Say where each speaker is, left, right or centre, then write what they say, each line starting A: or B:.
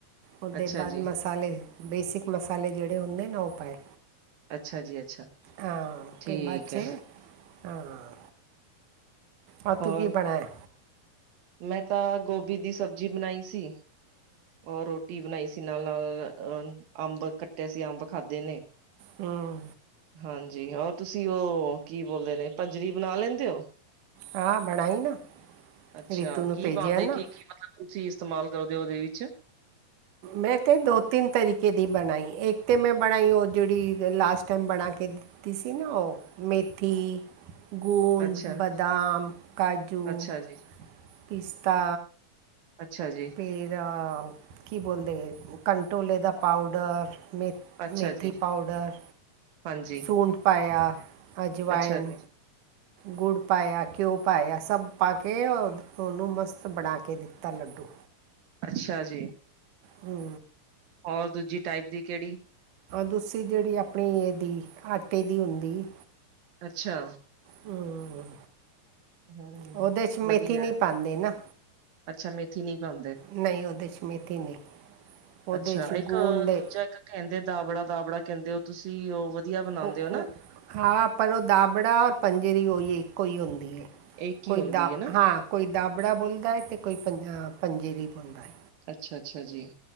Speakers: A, on the right; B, on the right.
A: ਉਹਦੇ
B: ਅੱਛਾ
A: ਬਾਅਦ
B: ਜੀ।
A: ਮਸਾਲੇ ਬੇਸਿਕ ਮਸਾਲੇ ਜਿਹੜੇ ਹੁੰਦੇ ਨਾ ਉਹ ਪਾਏ।
B: ਅੱਛਾ ਜੀ, ਅੱਛਾ
A: ਹਾਂ।
B: ਠੀਕ
A: ਫਿਰ ਬਾਦ 'ਚ
B: ਹੈ।
A: ਹਾਂ। ਆ
B: ਹੋਰ,
A: ਤੂੰ ਕੀ ਬਣਾਇਆ?
B: ਮੈਂ ਤਾਂ ਗੋਭੀ ਦੀ ਸਬਜ਼ੀ ਬਣਾਈ ਸੀ। ਔਰ ਰੋਟੀ ਬਣਾਈ ਸੀ। ਅ ਨਾਲ- ਨਾਲ ਅਹ ਅੰਬ ਕੱਟੇ ਸੀ ਅੰਬ ਖਾਧੇ ਨੇ।
A: ਹਮ।
B: ਹਾਂਜੀ। ਔਰ ਤੁਸੀਂ ਉਹ ਕੀ ਬੋਲਦੇ ਨੇ ਭੱਜਰੀ ਬਣਾ ਲੈਂਦੇ ਹੋ।
A: ਹਾਂ। ਬਣਾਈ ਨਾ।
B: ਅੱਛਾ।
A: ਰੀਤੂ ਨੂੰ
B: ਕੀ
A: ਭੇਜਿਆ
B: ਪਾਉਂਦੇ
A: ਨਾ
B: ਕੀ- ਕੀ ਮਤਲਬ ਤੁਸੀਂ ਇਸਤੇਮਾਲ ਕਰਦੇ ਹੋ ਉਹਦੇ ਵਿੱਚ।
A: ਮੈਂ ਤੇ ਦੋ- ਤਿੰਨ ਤਰੀਕੇ ਦੀ ਬਣਾਈ। ਇੱਕ ਤਾਂ ਮੈਂ ਬਣਾਈ ਉਹ ਜਿਹੜੀ ਲਾਸਟ ਟਾਈਮ ਬਣਾ ਕੇ ਤੁਸੀ ਨਾ ਉਹ ਮੇਥੀ ਗੂੰਦ
B: ਅੱਛਾ।
A: ਬਾਦਾਮ ਕਾਜੂ
B: ਅੱਛਾ ਜੀ,
A: ਪਿਸਤਾ
B: ਅੱਛਾ ਜੀ
A: ਫਿਰ ਕੀ ਬੋਲਦੇ ਕੰਟੋਲੇ ਦਾ ਪਾਊਡਰ ਮੇਥੀ
B: ਅੱਛਾ
A: ਮੇਥੀ
B: ਜੀ,
A: ਪਾਊਡਰ
B: ਹਾਂਜੀ,
A: ਸੂੰਢ ਪਾਇਆ ਅਜਵਾਇਨ
B: ਅੱਛਾ ਜੀ,
A: ਗੁੜ ਪਾਇਆ ਘਿਓ ਪਾਇਆ ਸਭ ਪਾ ਕੇ ਉਹਨੂੰ ਮਸਤ ਬਣਾ ਕੇ ਦਿੱਤਾ ਲੱਡੂ
B: ਅੱਛਾ ਜੀ
A: ਹੂ
B: ਔਰ ਦੂਜੀ ਟਾਈਪ ਦੀ ਕਿਹੜੀ
A: ਦੂਸਰੀ ਜਿਹੜੀ ਆਪਣੀ ਇਹਦੀ ਆਟੇ ਦੀ ਹੁੰਦੀ
B: ਅੱਛਾ
A: ਹਮ
B: ਹੂੰ
A: ਉਹਦੇ ਚ ਮੇਥੀ
B: ਵਧੀਆ
A: ਨਹੀਂ ਪਾਉਂਦੇ ਨਾ
B: ਅੱਛਾ ਮੇਥੀ ਨਹੀਂ ਪਾਉਂਦੇ।
A: ਨਹੀਂ ਉਹਦੇ 'ਚ ਮੇਥੀ ਨਹੀਂ ਪੋਦੇ
B: ਅੱਛਾ
A: ਵਿੱਚੀ
B: ਇੱਕ
A: ਗੂੰਦੇ
B: ਦੂਜਾ ਇੱਕ ਕਹਿੰਦੇ ਦਾਬੜਾ ਦਾਬੜਾ ਕਹਿੰਦੇ ਹੋ ਤੁਸੀਂ ਉਹ ਵਧੀਆ ਬਣਾਉਂਦੇ
A: ਉਹ
B: ਹੋ ਨਾ
A: ਉਹ ਹਾਂ ਪਰ ਉਹ ਦਾਬੜਾ ਔਰ ਪੰਜੀਰੀ ਉਹੀ ਇੱਕੋ ਹੀ ਹੁੰਦੀ ਹੈ
B: ਇਹ ਕੀ
A: ਕੋਈ
B: ਹੁੰਦੀ
A: ਦਾ
B: ਹੈ ਨਾ
A: ਹਾਂ ਕੋਈ ਦਾਬੜਾ ਬੋਲਦਾ ਹੈ ਅਤੇ ਕੋਈ ਪੰ ਪੰਜੀਰੀ ਬੋਲਦਾ ਹੈ
B: ਅੱਛਾ ਅੱਛਾ ਜੀ